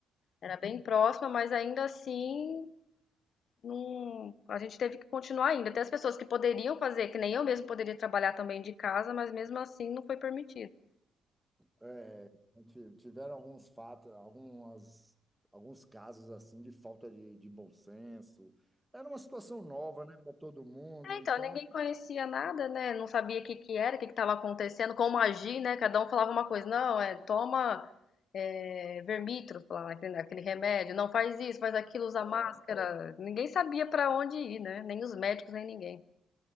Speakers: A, on the left; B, in the centre.
A: era bem próxima, mas ainda assim, não... a gente teve que continuar ainda. Até as pessoas que poderiam fazer, que nem eu mesmo poderia trabalhar também de casa, mas mesmo assim não foi permitido.
B: É, t- tiveram alguns fatos, algumas, alguns casos assim de falta de, de bom senso. Era uma situação nova, né, para todo mundo.
A: É, então,
B: Então,
A: ninguém conhecia nada, né? Não sabia o que que era, o que que estava acontecendo, como agir, né? Cada um falava uma coisa, não, é, toma é, Vermitro, falava aquele, aquele remédio, não faz isso, faz aquilo, usa
B: é,
A: máscara. Ninguém sabia para onde ir, né? Nem os médicos, nem ninguém.